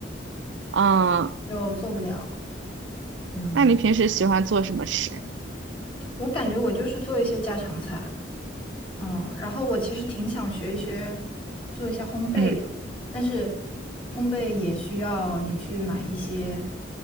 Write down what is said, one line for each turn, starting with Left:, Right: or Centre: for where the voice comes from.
Right: 啊，
Left: 就做不了。嗯，
Right: 那你平时喜欢做什么吃？
Left: 我感觉我就是做一些家常菜，嗯，然后我其实挺想学一学，做一下烘焙的，
Right: 嗯
Left: 但是烘焙也需要你去买一些，